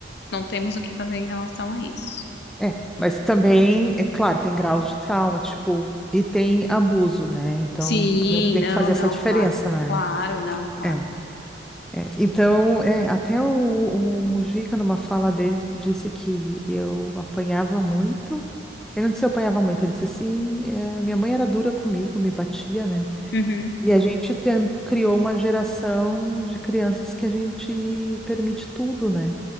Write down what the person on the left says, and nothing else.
Não temos o que fazer em relação a isso.
Sim,
não,
não,
claro.
Claro, não, claro.
Uhum.